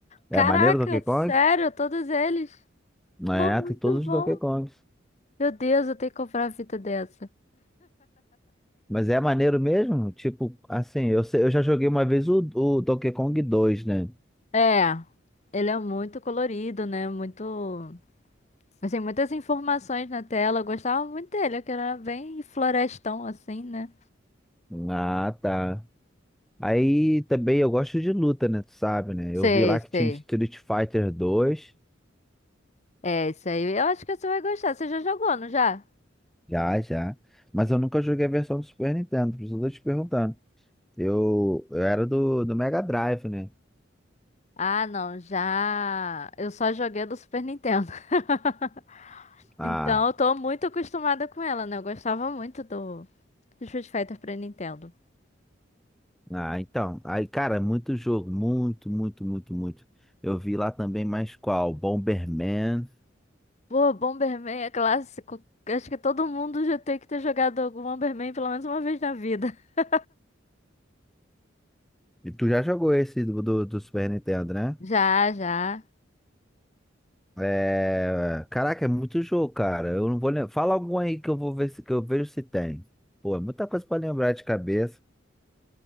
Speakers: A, in the centre; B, on the left (about 35°).
A: É
B: Caraca,
A: maneiro Donkey Kong?
B: sério, todos eles? Pô,
A: É,
B: muito
A: tem todos os
B: bom.
A: Donkey Kongs.
B: Meu Deus, eu tenho que comprar uma fita dessa.
A: Mas é maneiro mesmo? Tipo, assim, eu, sei- eu já joguei uma vez o, o Donkey Kong 2, né?
B: É, ele é muito colorido, né? Muito. Assim, muitas informações na tela. Eu gostava muito dele, que era bem florestão, assim, né?
A: Ah, tá. Aí também eu gosto de luta, né? Tu sabe, né?
B: Sei,
A: Eu vi lá que tinha
B: sei.
A: Street Fighter 2.
B: É, isso aí. Eu acho que você vai gostar. Você já jogou, não já?
A: Já, já. Mas eu nunca joguei a versão do Super Nintendo, por isso eu tô te perguntando. Eu, eu era do, do Mega Drive, né?
B: Ah, não, já. Eu só joguei do Super Nintendo. <laughs>
A: Ah,
B: Então, eu tô muito acostumada com ela, né? Eu gostava muito do do Street Fighter pra Nintendo.
A: ah, então. Aí, cara, muito jogo. Muito, muito, muito, muito. Eu vi lá também mais qual? Bomberman.
B: Pô, Bomberman é clássico. Acho que todo mundo já tem que ter jogado algum Bomberman pelo menos uma vez na vida. <laughs>
A: E tu já jogou esse do, do, do Super Nintendo, né?
B: Já, já.
A: É... Caraca, é muito jogo, cara. Eu não vou lembrar. Fala algum aí que eu vou ver se, que eu vejo se tem. Pô, é muita coisa pra lembrar de cabeça.